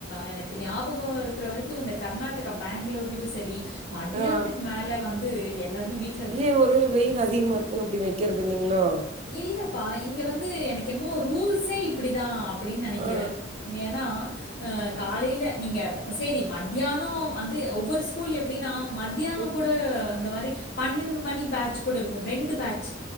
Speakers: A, on the left (about 55°); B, on the right (about 35°).
A: எனக்கு ஞாபகோ இருக்ற வரைக்கு இந்த கர்நாடக்கா பேங்ளூர்லியு செரி மத்யான்த்துக்
B: ஆ
A: மேல வந்து எல்லார்மே வீட்
B: ஏ ஒருவேள வெயில் அதிகமா இருக்கு அப்டி வெக்கற்து இல்லிங்ளோ
A: இல்லப்பா இங்க வந்து எனக் என்மோ ரூல்ஸே இப்படி தா அப்படின் நனைக்கிறே
B: ஆ
A: யன் நா காலையில நீங்க சேரி மத்தியானோ வந்து ஒவ்வொரு ஸ்கூல் எப்டின்னா மத்தியானோ
B: ஆ
A: கூட இந்த மாரி பன்னெண்டு மணி பேட்ச் கூட இருக்கு ரெண்டு பேட்ச்சு